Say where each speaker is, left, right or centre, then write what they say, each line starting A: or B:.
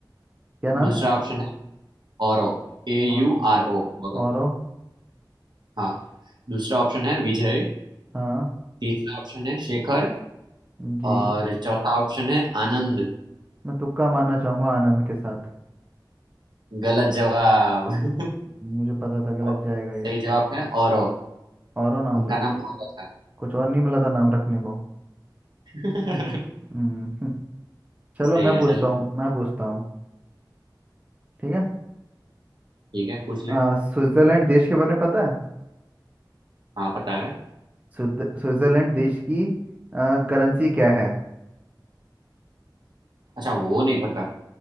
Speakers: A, on the right; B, on the right.
A: क्या नाम
B: दूसरा
A: है
B: ऑप्शन है औरो ए यू
A: और
B: आर ओ औरो
A: औरो
B: हाँ दूसरा ऑप्शन है विजय
A: हाँ
B: तीसरा ऑप्शन है शेखर
A: जी
B: और चौथा ऑप्शन है आनंद
A: मैं तुक्का मारना चाहूंगा आनंद के साथ
B: गलत जवाब <laughs>
A: मुझे पता था गलत
B: और
A: जाएगा ये
B: सही जवाब है औरो
A: औरो नाम
B: उनका
A: था
B: नाम औरो था
A: कुछ और नहीं मिला था नाम रखने को
B: <laughs>
A: हम्म, <laughs> चलो
B: सही
A: मैं
B: है
A: पूछता
B: चल
A: हूँ मैं पूछता हूँ ठीक है
B: ठीक है पूछ ले
A: आ, स्विट्जरलैंड देश के बारे में पता है
B: हाँ पता है
A: स्विद- स्विट्जरलैंड देश की करेंसी क्या है
B: अच्छा वो नहीं पता